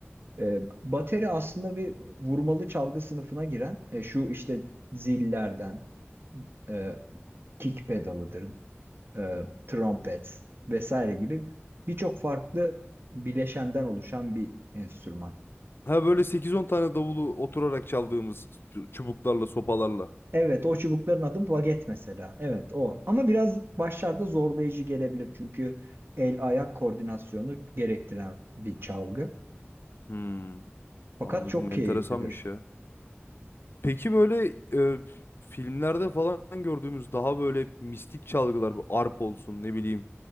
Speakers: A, on the right; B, on the left.
A: Ee, bateri aslında bir vurmalı çalgı sınıfına giren e, şu işte zillerden e, kick pedalıdır, e, trompet vesaire gibi birçok farklı bileşenden oluşan bir enstrüman.
B: Ha böyle sekiz on tane davulu oturarak çaldığımız çu- çubuklarla, sopalarla.
A: Evet o çubukların adı baget mesela. Evet o. Ama biraz başlarda zorlayıcı gelebilir çünkü el ayak koordinasyonu gerektiren bir çalgı.
B: Hmm,
A: Fakat
B: anladım.
A: çok keyiflidir.
B: Enteresanmış ya. Peki böyle e, filmlerde falan gördüğümüz daha böyle mistik çalgılar, bu arp olsun ne bileyim,